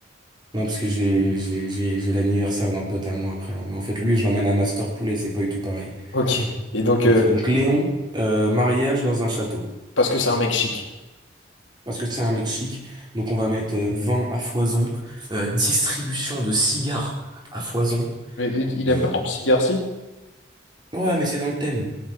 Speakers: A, on the right (about 25°); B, on the left (about 85°).
A: non, parce que j'ai j'ai- j'ai- j'ai l'anniversaire d'un pote à moi après, là. Mais en fait, lui, je l'emmène à Master Poulet, c'est pas du tout pareil.
B: Ok. Et donc,
A: Ok,
B: euh,
A: donc Léon, euh, mariage dans un château.
B: parce que c'est un mec chic.
A: Parce que c'est un mec chic, donc on va mettre euh, vin à foison, euh, distribution de cigares à foison.
B: Mais il il
A: Euh,
B: aime pas trop le cigare, si
A: Ouais, mais c'est dans le thème.